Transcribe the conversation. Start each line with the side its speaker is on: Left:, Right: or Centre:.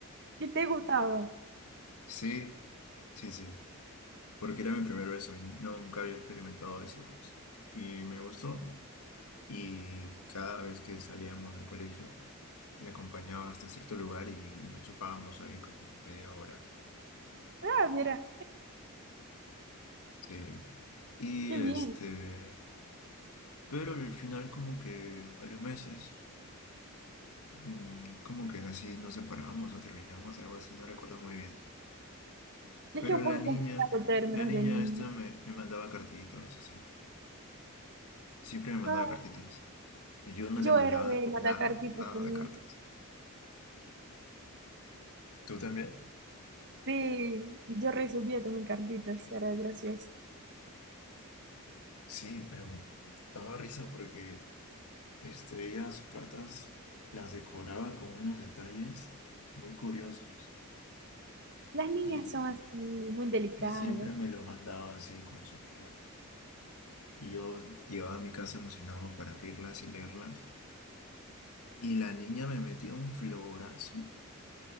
Right: y te gustaba?
Left: Sí, sí, sí. porque era mi primer beso y nunca había experimentado eso, pues. Y me gustó y cada vez que salíamos del colegio le acompañaba hasta cierto lugar y nos chapábamos ahí como media hora.
Right: Ah, mira,
Left: Sí. Y
Right: qué bien.
Left: este, pero al final como que a los meses, mm, como que así nos separamos o terminamos, algo así, no recuerdo muy bien.
Right: Es
Left: Pero
Right: que es un
Left: la
Right: poco
Left: niña,
Right: complicado en términos
Left: la niña
Right: de niño.
Left: esta me, me mandaba cartitas, así. Siempre me mandaba
Right: Ah,
Left: cartitas. Y yo no
Right: yo
Left: le mandaba
Right: era de mandar
Left: nada,
Right: cartitas
Left: nada
Right: también.
Left: de cartas. ¿Tú también?
Right: Sí, y yo recibía también cartitas, era gracioso.
Left: Sí, pero daba risa porque este, ella sus cartas las decoraba con unos detalles muy curiosos
Right: Las niñas
Left: y,
Right: son así, muy delicadas.
Left: y siempre me lo mandaba así con su amiga. Y yo llevaba a mi casa emocionado para abrirlas y leerlas. Y la niña me metía un florazo,